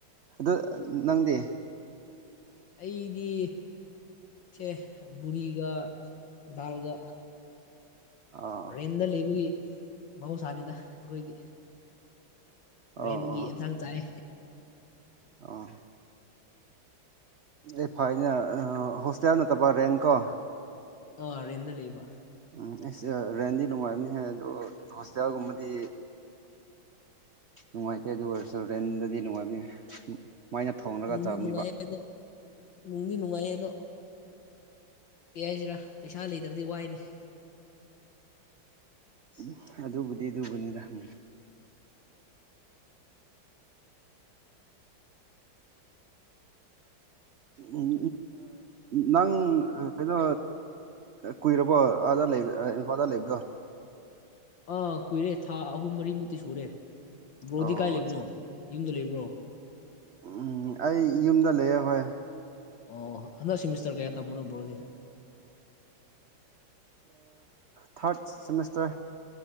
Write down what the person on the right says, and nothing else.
ꯑ ꯅꯪꯗꯤ
ꯑꯥ
ꯑꯣ
ꯑꯣ
ꯑꯣ ꯑꯦ ꯐꯅꯦ ꯍꯣꯁꯇꯦꯜ ꯅꯠꯇꯕ ꯔꯦꯟ ꯀꯣ
ꯎꯝ ꯑꯩꯁ ꯔꯦꯟꯗꯤ ꯅꯨꯡꯉꯥꯏꯕꯅꯤ ꯍꯥꯏ ꯑꯗꯣ ꯍꯣꯁꯇꯦꯜꯒꯨꯝꯕꯗꯤ ꯅꯨꯡꯉꯥꯏꯇꯦ ꯑꯗꯨꯒ ꯑꯣꯏ ꯆ ꯔꯦꯟꯗꯗꯤ ꯅꯨꯡꯉꯥꯏꯕꯅꯤ ꯁꯨꯃꯥꯏꯅ ꯊꯣꯡꯅꯒ
ꯆꯥꯝꯅꯤꯕ
ꯎ ꯑꯗꯨꯕꯨꯗꯤ ꯑꯗꯨꯕꯨꯅꯤꯗꯪ ꯎꯝ ꯅꯪ ꯀꯩꯅꯣ ꯀꯨꯏꯔꯕꯣ ꯑꯥꯗ ꯂꯩ ꯏꯝꯐꯥꯜꯗ ꯂꯩꯕꯗꯣ
ꯑꯣ
ꯑꯠꯆꯥ
ꯎꯝ ꯑꯩ ꯌꯨꯝꯗ ꯂꯩꯌꯦꯦ ꯍꯣꯏ
ꯊꯥꯔꯠ ꯁꯃꯁꯇꯔ